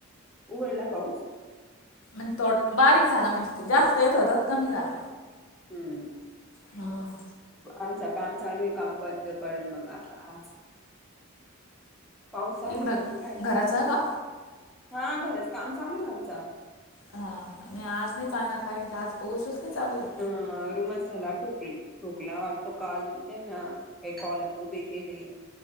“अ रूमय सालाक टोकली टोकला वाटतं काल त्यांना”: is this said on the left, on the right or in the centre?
Centre